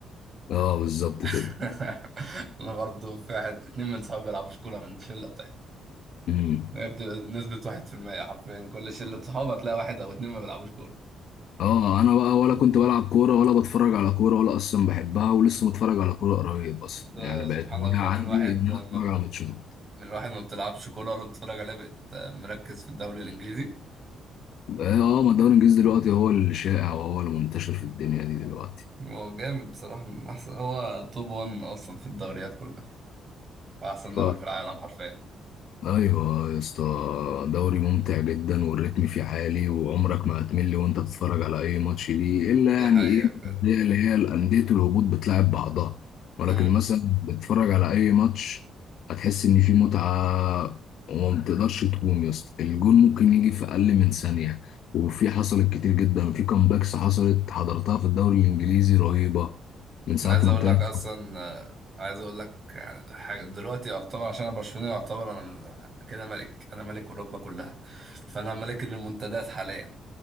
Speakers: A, on the left; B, on the right.
A: اه بالظبط
B: <laughs>
A: كده
B: أنا برضه في واحد اتنين من صحابي بيلعبوش كورة من الشلة
A: امم
B: هي بتبقى نسبة واحد في المية حرفيا كل شلة صحاب هتلاقي واحد أو اتنين ما بيلعبوش كورة
A: اه انا بقى ولا كنت بلعب كوره ولا بتفرج على كوره ولا اصلا بحبها ولسه متفرج على كوره قريب اصلا
B: وده
A: يعني بقت
B: سبحان
A: هوايه
B: الله
A: عندي
B: من واحد
A: ان
B: ما
A: انا اتفرج على ماتشات
B: من واحد ما بتلعبش كورة ولا بتتفرج عليها بقت مركز في الدوري الإنجليزي
A: اه ما الدوري الانجليزي دلوقتي هو الشائع وهو المنتشر في الدنيا دي دلوقتي
B: هو جامد بصراحة من أحسن هو توب 1 أصلا في الدوريات كلها وأحسن دوري
A: ف
B: في العالم حرفيا
A: ايوه يا اسطى دوري ممتع جدا والريتم فيه عالي وعمرك ما هتمل وانت تتفرج على اي ماتش ليه الا
B: دي
A: يعني
B: حقيقة
A: ايه
B: بجد
A: الأندية اللي هي الانديه الهبوط بتلعب بعضها ولكن
B: مم.
A: مثلا بتتفرج على اي ماتش هتحس ان في متعه وما بتقدرش تقوم يا اسطى الجون ممكن يجي في اقل من ثانيه وفي حصلت كتير جدا في كامباكس حصلت حضرتها في الدوري الانجليزي رهيبه من ساعه
B: عايز
A: ما
B: أقول
A: ابتدت
B: لك أصلا آه، عايز أقول لك يعني حاجة دلوقتي يعتبر عشان أنا برشلوني يعتبر أنا أنا كده ملك أنا ملك أوروبا كلها فأنا ملك المنتديات حاليا